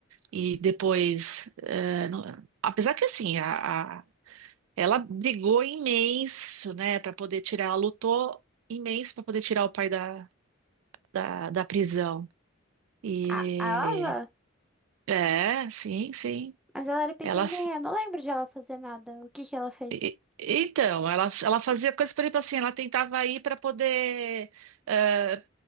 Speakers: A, on the right; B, in the centre.
A: e depois, eh, não- apesar que assim, a, a- ela brigou imenso, né, para poder tirar, ela lutou imenso para poder tirar o pai da, da, da prisão. E
B: A, a Ava?
A: é, sim, sim.
B: Mas ela era pequenininha,
A: Ela
B: eu não lembro de ela fazer nada. O que que ela fez?
A: E- Então, ela, ela fazia coisas, por exemplo, assim, ela tentava ir para poder. eh,